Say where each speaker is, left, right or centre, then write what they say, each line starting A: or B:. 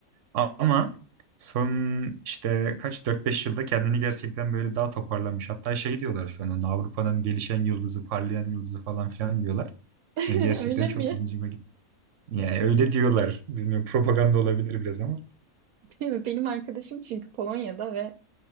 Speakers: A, on the right; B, on the right.
A: Ama son işte kaç dört beş yılda kendini gerçekten böyle daha toparlamış. Hatta şey diyorlar şu an ona, Avrupa'nın gelişen yıldızı, parlayan yıldızı falan filan diyorlar.
B: <laughs>
A: Yani gerçekten
B: Öyle
A: çok
B: mi?
A: ilginçime gitti. Yani öyle diyorlar. Bilmiyorum propaganda olabilir biraz ama.
B: <laughs> Benim arkadaşım çünkü Polonya'da ve